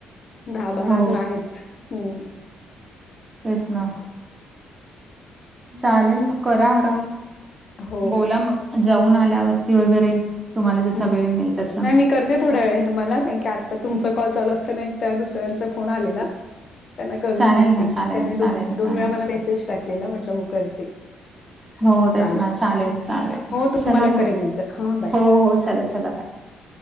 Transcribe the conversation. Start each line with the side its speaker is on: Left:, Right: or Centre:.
Left: दहा बारा
Right: हो
Left: अजून आहेत. हम्म.
Right: तेच ना चालेल मग करा आराम
Left: हो
Right: बोला मग जाऊन आल्यावरती वगैरे तुम्हाला जसा
Left: हम्म
Right: वेळ मिळेल तसा
Left: नाही मी करते थोड्या वेळाने तुम्हाला. कारण की आता तुमचा कॉल चालू असताना त्या दुसऱ्यांचा फोन आलेला त्यांना करून
Right: चालेल
Left: बघते.
Right: ना चालेल
Left: त्यांनी दोन
Right: चालेल
Left: दोन
Right: चालेल
Left: वेळा मला मेसेज टाकलेला म्हटलं हो करते. हम्म
Right: हो तेच
Left: चालेल.
Right: ना
Left: हो
Right: चालेल
Left: हो तूम्हाला
Right: चला मग
Left: करेन नंतर हां बाय.
Right: हो हो चला चला.
Left: हम्म.